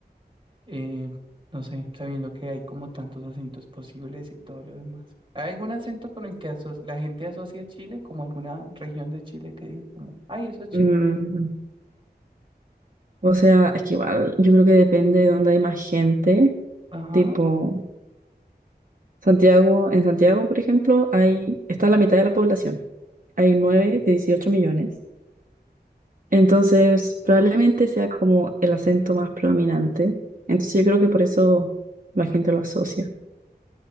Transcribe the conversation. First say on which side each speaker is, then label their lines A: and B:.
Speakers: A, on the right; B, on the right.
A: Eh, no sé, sabiendo que hay como tantos acentos posibles y todo lo demás. ¿Hay algún acento con el que aso- la gente asocia a Chile, como alguna región de Chile que diga como, ay, eso es Chile?
B: Mm, o sea, es que igual, yo creo que depende de dónde hay más gente,
A: Ajá,
B: tipo. Santiago, en Santiago, por ejemplo, hay, está la mitad de la población. Hay 9 de 18 millones. Entonces, probablemente sea como el acento más predominante. Entonces, yo creo que por eso la gente lo asocia.